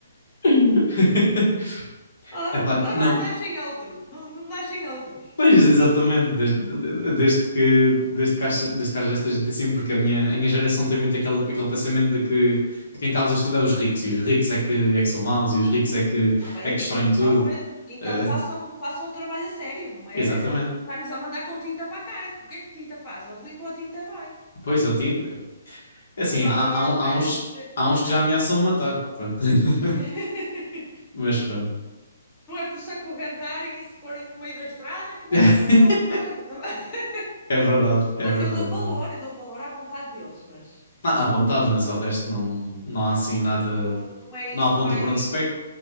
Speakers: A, on the left; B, on the left.
A: <laughs>
B: Ah,
A: Epá,
B: ah,
A: não.
B: mas nascem outros, não, não nascem outros.
A: Pois, exatamente, desde, de- desde que, desde que, haja, desde que haja esta gente assim, porque a minha, a minha geração tem muito aquele, aquele pensamento de que quem causa isto tudo é os ricos, e os ricos é que, é que são
B: Sim.
A: maus, e os ricos é que,
B: Está bem,
A: é que
B: mas
A: destroem
B: então,
A: tudo.
B: é- então
A: Eh,
B: façam, façam o trabalho a sério, não é
A: exatamente.
B: estar-lhes a mandar com tinta para a cara. que O que é que tinta faz? Eles limpam a tinta bem.
A: Pois, Otim, é
B: Eles
A: assim,
B: andam
A: há,
B: agora,
A: há, um-
B: não
A: há
B: é?
A: uns,
B: esses-
A: há uns que já ameaçam matar, pronto. <laughs>
B: <laughs>
A: Mas pronto.
B: Não é por se acorrentarem e se porem no meio da estrada que vão
A: <laughs>
B: resolver alguma coisa, tá bem? <laughs>
A: É verdade, é
B: Mas
A: verdade,
B: eu dou
A: é
B: valor,
A: verdade.
B: eu dou valor à vontade deles, mas,
A: Ah, à vontade, mas ao resto não, não há
B: mas
A: assim
B: no fundo
A: nada,
B: não, não é isso
A: não aponta
B: que vai.
A: para onde se pega.